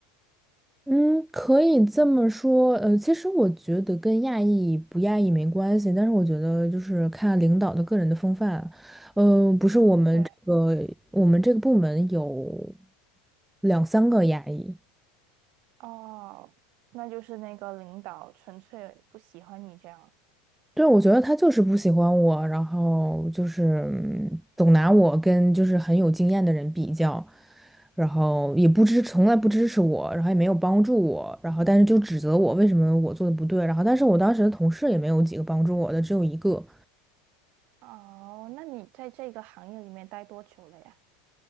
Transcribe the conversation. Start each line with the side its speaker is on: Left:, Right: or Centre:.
Centre: 嗯，可以这么说。呃，其实我觉得跟亚裔不亚裔没关系，但是我觉得就是看领导的个人的风范。嗯，不是我们这个我们这个部门有
Right: 对。
Centre: 两三个亚裔，
Right: 哦，那就是那个领导纯粹不喜欢你这样。
Centre: 对，我觉得他就是不喜欢我，然后就是嗯总拿我跟就是很有经验的人比较，然后也不支，从来不支持我，然后也没有帮助我，然后但是就指责我为什么我做的不对，然后但是我当时的同事也没有几个帮助我的，只有一个。
Right: 哦，那你在这个行业里面待多久了呀？